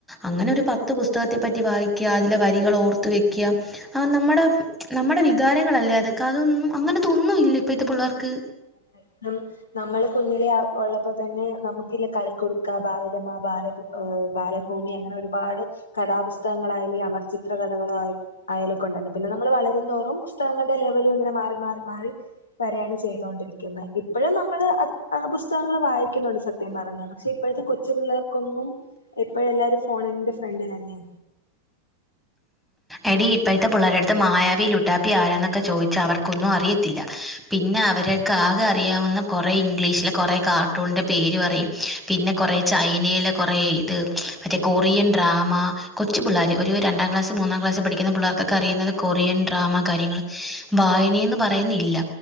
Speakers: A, in the centre; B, on the left.
A: അങ്ങനെ ഒരു പത്ത് പുസ്തകത്തെ പറ്റി വായിക്കുക അതിലെ വരികൾ ഓർത്ത് വെക്ക ആഹ് നമ്മുടെ നമ്മുടെ വികാരങ്ങളല്ലേ അതൊക്കെ അതൊന്നും അങ്ങനെ തൊന്നും ഇല്ല ഇപ്പഴത്തെ പിള്ളേർക്ക്
B: അത് നമ്മള് കുഞ്ഞിലെ ഉള്ളപ്പോ തന്നെ നമുക്കില്ല കളിക്കുടുക്കാ ബാലരമാ ബാലഭൂമി ഏഹ് ബാലഭൂമി അങ്ങനെ ഒരുപാട് കഥാപുസ്തകങ്ങളായാലും അമർചിത്ര കഥകളും ആയി അയലകൊണ്ടത് പിന്നെ നമ്മള് വളരും തോറും പുസ്തകങ്ങളുടെ ലെവലും ഇങ്ങനെ മാറി മാറി മാറി വരയാണ് ചെയ്യുന്നത് തേണ്ടിരിക്കുന്നത് ഇപ്പോഴും നമ്മള് ആ പുസ്തകങ്ങൾ വായിക്കുന്നുണ്ട് സത്യം പറഞ്ഞ പക്ഷെ ഇപ്പോഴത്തെ കൊച്ചു പിള്ളേർക്കൊന്നും ഇപ്പോഴും എല്ലാവരും ഫോണ്ൻ്റെ ഫ്രണ്ടിലല്ലേ
A: എടി ഇപ്പോഴത്തെ പിള്ളരെടുത്ത് മായാവി ലുട്ടാപ്പി ആരാന്നൊക്കെ ചോദിച്ച അവർക്കൊന്നും അറിയത്തില്ല പിന്നെ അവര്ക്ക് ആകെ അറിയാവുന്ന കുറെേ ഇംഗ്ലീഷില് കുറെ കാർട്ടൂണിന്റെ പേര് അറിയും പിന്നെ കുറേ ചൈനയിലെ കുറേ ഇത് മറ്റേ കൊറിയൻ ഡ്രാമ കൊ കൊച്ചു പിള്ളേര് ഒരു രണ്ടാംക്ലാസ് മന്നാം ക്ലാസ് പഠിക്കുന്ന പിള്ളേർക്കൊക്കെ അറിയുന്നത് കൊറിയൻ ഡ്രാമ കാര്യങ്ങള് വായനാന്ന് പറയുന്നില്ല